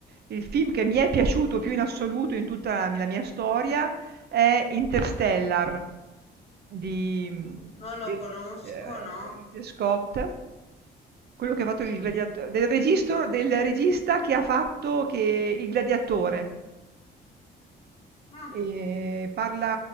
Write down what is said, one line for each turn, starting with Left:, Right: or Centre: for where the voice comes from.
Right: il film che mi è piaciuto
Left: Mm?
Right: più in assoluto in tutta la mi la mia storia è Interstellar di mhmm,
Left: Non
Right: del
Left: lo conosco,
Right: ehm,
Left: no?
Right: di Scott, quello che ha fatto il
Left: Mm.
Right: gladiato del registro del regista che ha fatto che Il gladiatore.
Left: Ah.
Right: Ehm, parla,